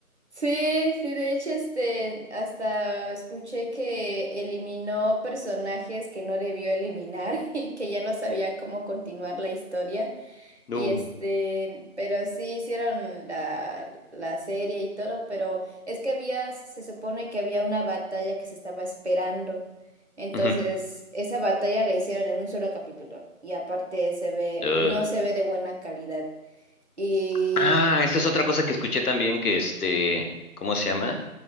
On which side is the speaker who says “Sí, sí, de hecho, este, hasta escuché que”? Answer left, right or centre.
Right